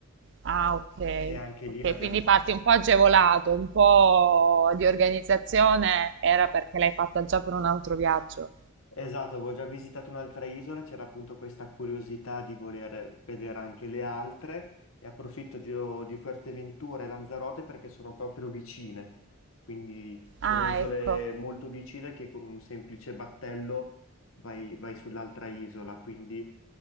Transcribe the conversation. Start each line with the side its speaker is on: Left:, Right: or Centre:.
Right: Ah, ok.
Left: e anche
Right: Ok,
Left: lì l'abbiamo,
Right: quindi parti un po' agevolato, un po' di organizzazione era perché l'hai fatta già per un altro viaggio.
Left: Esatto, avevo già visitato un'altra isola, c'era appunto questa curiosità di voler vedere anche le altre e approfitto di, di Fuerteventura e Lanzarote perché sono proprio vicine, quindi sono
Right: Ah,
Left: isole
Right: ecco.
Left: molto vicine che con un semplice battello vai, vai sull'altra isola, quindi